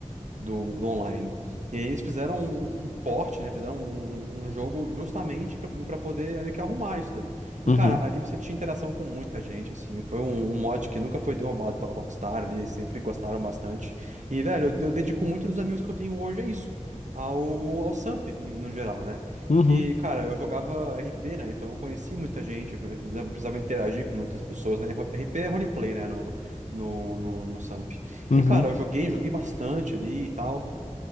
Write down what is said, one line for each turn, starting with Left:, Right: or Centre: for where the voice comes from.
Right: do, do online. E aí eles fizeram um, um port, né? Fizeram um, um- um jogo justamente para poder meio que arrumar isso daí. E,
Left: Uhum,
Right: cara, ali você tinha interação com muita gente, assim. Foi um, um mod que nunca foi derrubado pela Rockstar ali, eles sempre gostaram bastante. E, velho, eu, eu dedico muito dos amigos que eu tenho hoje a isso. Ao, ao Samp, em- no geral, né?
Left: uhum,
Right: Que, cara, eu jogava RP, né? Então eu conheci muita gente, eu precisava, precisava interagir com muitas pessoas, né? Ro- RP é roleplay, né? No, no, no, no Samp.
Left: uhum.
Right: E, cara, eu joguei, joguei bastante ali e tal.